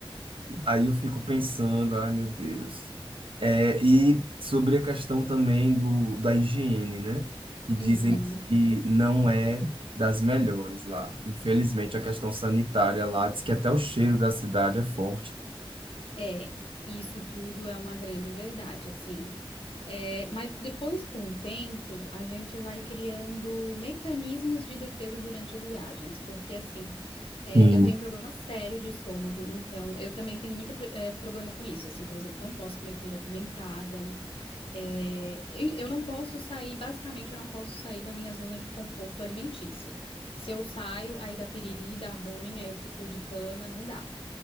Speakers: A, on the right; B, on the left.
A: Aí eu fico pensando, ai meu Deus. É, e sobre a questão também do, da higiene, né? Que dizem
B: Uhum.
A: que não é das melhores lá. Infelizmente, a questão sanitária lá diz que até o cheiro da cidade é forte.
B: É, isso tudo é uma grande verdade, assim. É, mas depois, com o tempo, a gente vai criando mecanismos de defesa durante as viagens, porque assim, é,
A: Sim,
B: eu tenho um problema sério de estômago, então eu também tenho muito é, problema com isso. Assim, por exemplo, não posso comer comida apimentada, é, eu eu não posso sair, basicamente, eu não posso sair da minha zona de conforto alimentícia. Se eu saio, aí dá piriri, dá ruim, aí eu fico de cama, não dá.